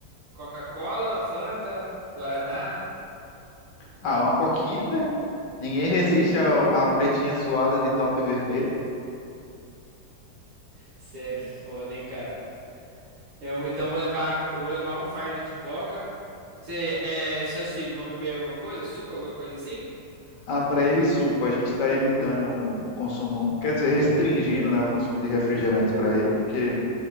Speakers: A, on the right (about 85°); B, on the left (about 70°).
A: Coca-Cola, Fanta, Guaraná?
B: Ah, uma coquinha, né? Ninguém resiste à, à pretinha suada de top vermelho.
A: Você é foda, hein, cara. Eu, vou- então eu vou levar, eu vou levar um fardo de coca. Você, é, seus filhos vão beber alguma coisa? Suco, alguma coisa assim?
B: Ah, para ele suco. A gente está evitando o consumo, quer dizer, restringindo, né, o consumo de refrigerantes para ele, porque